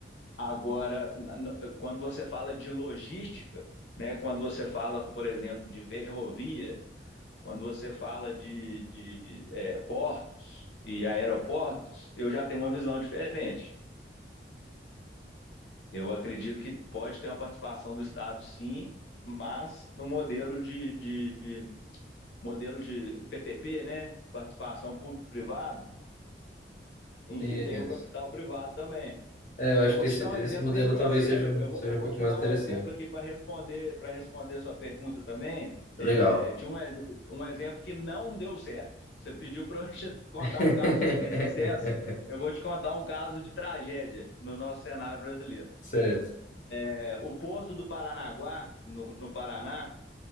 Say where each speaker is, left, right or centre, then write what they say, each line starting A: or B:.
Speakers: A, on the left; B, on the left.
A: Agora, na- na- quando você fala de logística, né, quando você fala, por exemplo, de ferrovia, quando você fala de, de eh, portos e aeroportos, eu já tenho uma visão diferente. Eu acredito que pode ter uma participação do Estado, sim, mas no modelo de, de, de- modelo de PPP, né? Participação público-privado, em
B: Sim,
A: que tem o capital privado também.
B: É, eu
A: E
B: acho
A: eu vou
B: que esse,
A: te dar
B: esse
A: um exemplo
B: modelo
A: bem grosseiro.
B: talvez seja,
A: Eu vou,
B: seja
A: eu
B: um
A: vou
B: pouco
A: te
B: mais
A: dar
B: interessante.
A: um exemplo aqui para responder para responder sua pergunta também,
B: Legal.
A: é, de um, um exemplo que não deu certo. Você pediu para eu <laughs> te contar
B: <laughs>
A: um caso de de sucesso. Eu vou te contar um caso de tragédia no nosso cenário brasileiro.
B: Certo,
A: É, O porto do Paranaguá, no, no Paraná,